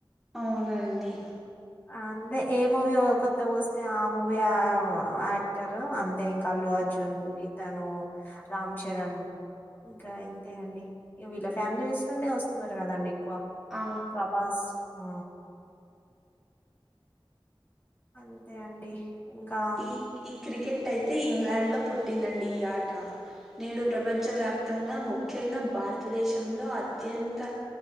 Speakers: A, in the centre; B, on the left.
A: అవునండి.
B: అంటే ఏ మూవీ కొత్తగా వస్తే ఆ మూవీ యాక్టర్ అంతే ఇంకా అల్లు అర్జున్. ఇతను రామ్ చరణ్. ఇంకా ఇంతే అండి వీళ్ల ఫామిలీస్ నుండే వస్తున్నారు కదండి. ఎక్కువ
A: ఆ
B: ప్రభాస్. ఆ అంతే అండి. ఇంకా
A: ఈ ఈ క్రికెట్ అయితే ఇంగ్లాండ్ లో పుట్టిందండి ఈ ఆట. నేడు ప్రపంచవ్యాప్తంగా ముఖ్యంగా భారతదేశంలో అత్యంత.